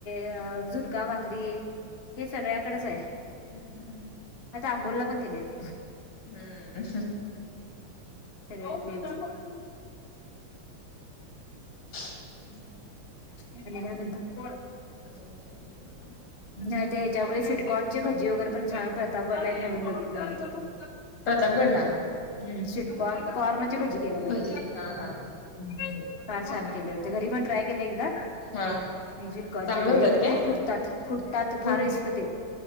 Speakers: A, on the left; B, on the left.
A: अ झुणका भाकरी हे सगळ्याकडेच आहे
B: <inaudible>
A: आता आंबोलला पण गेलेत
B: हम्म
A: <unintelligible>
B: <unintelligible>
A: आणि काय म्हणता?
B: अजून काय नाही बघा. मग
A: नाही ते हच्यामुळे स्वीटकॉर्न ची भजी वगैरे पण छान प्रतापवरला एक नवीन बघितलं तिथून
B: प्रतापगडला?
A: हम् स्वीटकॉर्न कॉर्नची भजी केलेली होती.
B: भजी हा हा
A: ह फार छान केले होते, घरी पण ट्राय केले एकदा
B: हा
A: मी स्वीटकॉर्न
B: चांगले
A: चे भाजे
B: होतात
A: पण
B: काय
A: ते फु तात फुटतात
B: फूड
A: फार रिस्क ते